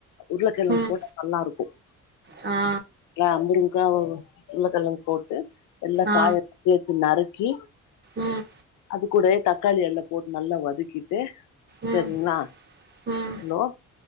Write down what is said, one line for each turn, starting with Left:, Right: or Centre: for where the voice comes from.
Left: உருளக்கிழங்கு
Right: ம்
Left: போட்டு நல்லா இருக்கும்
Right: ஆ
Left: ஆஹ் அந்த ரூம் க்க உருளக்கெழங்கு போட்டு எல்லா
Right: ஆ
Left: காய <unintelligible> நறுக்கி
Right: ம்
Left: அது கூடவே தக் தக்காளி எல்லாம் போட்டு நல்லா வதக்கிட்டு
Right: உம்
Left: சரிங்களா?
Right: உம்
Left: ஹலோ!